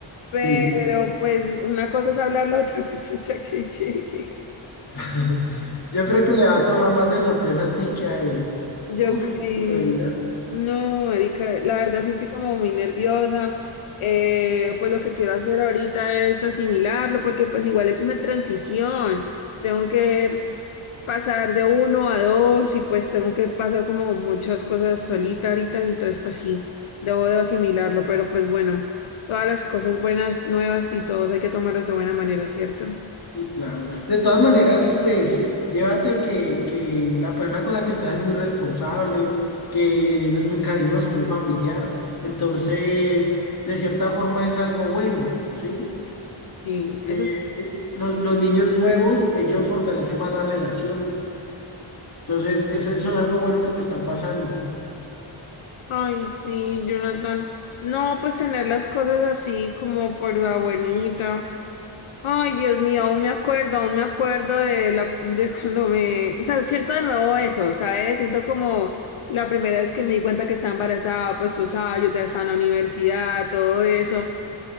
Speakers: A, on the left; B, on the left.
A: Pero
B: Sí,
A: pues una cosa es hablarlo, otra <laughs> cosa es ya que llegue.
B: <laughs> yo creo que le va a tomar más de sorpresa a ti que a él.
A: Yo
B: Uf,
A: creo,
B: ¿qué te diga?
A: no, Erika, la verdad sí estoy como muy nerviosa. Eh, pues lo que quiero hacer ahorita es asimilarlo, porque pues igual es una transición. Tengo que pasar de uno a dos y pues tengo que pasar como muchas cosas solita ahorita, y entonces pues sí, debo de asimilarlo, pero pues bueno, todas las cosas buenas, nuevas y todos hay que tomarlas de buena manera, ¿cierto?
B: Sí, claro. De todas maneras, pues, llévate que, que la persona con la que estás es muy responsable, que él es muy cariñoso, muy familiar. Entonces, de cierta forma es algo bueno, ¿sí?
A: Y
B: Eh,
A: eso es...
B: eh, los, los niños nuevos, ellos fortalecen más la relación. Entonces, eso, eso es algo bueno que te está pasando.
A: Ay, sí, Jonathan. No, pues tener las cosas así como por la buenita. Ay, Dios mío, aún me acuerdo, aún me acuerdo de la de cuando me, o sea, siento de nuevo eso, ¿sabes? Siento como la primera vez que me di cuenta que estaba embarazada, pues tú sabes, yo todavía estaba en la universidad, todo eso.